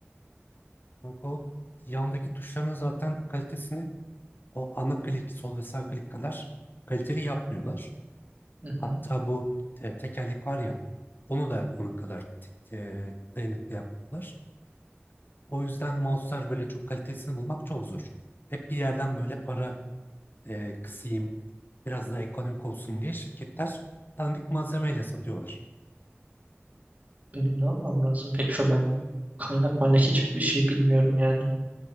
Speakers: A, on the left (about 50°); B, on the right (about 35°).
A: Kanka o yandaki tuşların zaten kalitesini o ana klik, sol ve sağ klik kadar kaliteli yapmıyorlar.
B: Hı
A: Hatta
B: hı.
A: bu e, tekerlek var ya onu da onun kadar t- e, dayanıklı yaptılar. O yüzden mouse'lar böyle çok kalitesini bulmak çok zor. Hep bir yerden böyle para e, kısayım biraz da ekonomik olsun diye şirketler dandik malzemeyle satıyorlar.
B: Benim ne yapmam lazım? Pek şu an ben kaynak maynak hiçbir şey bilmiyorum yani.